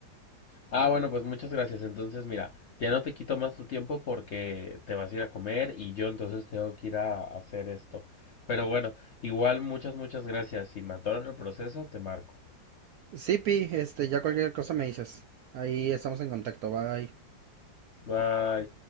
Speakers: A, on the left (about 55°); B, on the right (about 75°).
A: Ah, bueno, pues muchas gracias. Entonces, mira, ya no te quito más tu tiempo porque te vas a ir a comer y yo entonces tengo que ir a hacer esto. Pero bueno, igual muchas, muchas gracias. Si me atoran el proceso, te marco.
B: Sí, Pi, este, ya cualquier cosa me dices. Ahí estamos en contacto. Bye.
A: Bye.